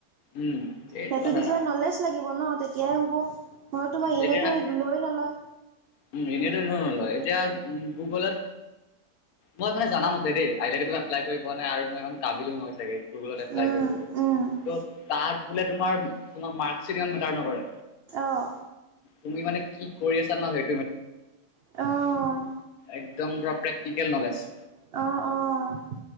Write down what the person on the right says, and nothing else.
সেইটো
বিষয়ে
নলেজ লাগিব ন' তেতিয়াহে হ'ব। ম তোমাৰ এনেইতো
লৈ নলয়।
উম,
আহ।
অ', অ'।
অ', অ',